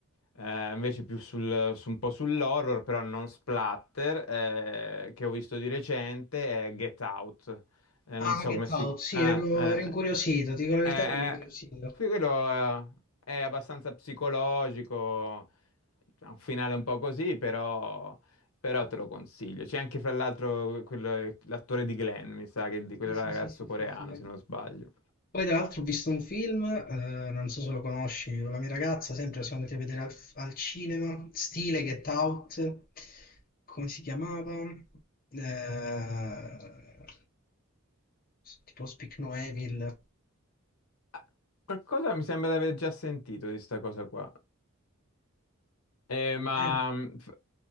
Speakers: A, on the left; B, on the left.
A: eh, invece più sul, su un po' sull'horror, però non splatter, eh, che ho visto di recente, è Get Out. Eh, non
B: Ah,
A: so
B: Get
A: come si
B: Out, sì,
A: Ah,
B: ero, ero incuriosito, ti dico la verità,
A: eh, eh,
B: ero incuriosito.
A: eh, sì, quello eh, è abbastanza psicologico, ha un finale un po' così, però, però te lo consiglio. C'è anche, fra l'altro, quello- l'attore di Glenn, mi sa, che di quel
B: Sì, sì,
A: ragazzo
B: sì, sì, sì,
A: coreano,
B: sì. eh.
A: se non sbaglio.
B: Poi tra l'altro ho visto un film, eh, non so se lo conosci, con la mia ragazza, sempre siamo andati a vedere al, al cinema, stile Get Out, come si chiamava? Eh, tipo Speak No Evil.
A: Ah, Qualcosa mi sembra di aver già sentito di sta cosa qua. Eh, ma...
B: Eh,
A: mm, f-